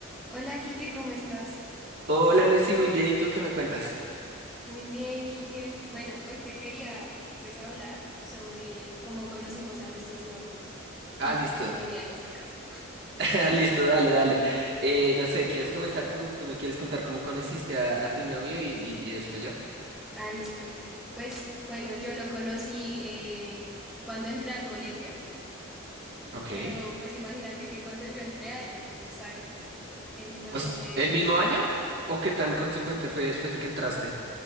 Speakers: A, in the centre; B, on the right (about 50°).
A: Hola, Quique, ¿cómo estás?
B: Hola Lucy, muy bien. ¿Y tú qué me cuentas?
A: Muy bien, Quique. Bueno, hoy te quería pues hablar sobre cómo conocimos a nuestros novios
B: Ah,
A: y
B: listo.
A: pues, novia en este caso.
B: <laughs> Listo, dale, dale. Eh, no sé, ¿quieres comenzar tú? ¿Tú me quieres contar cómo conociste a, a tu novio y, y- y después yo?
A: Ah, listo, Quique. Pues bueno, yo lo conocí eh, cuando entré al colegio,
B: Ok.
A: pero pues imagínate que cuando yo entré a él lo expulsaron. Entonces,
B: O s- ¿el mismo año o qué tan consecuente fue después de que entraste?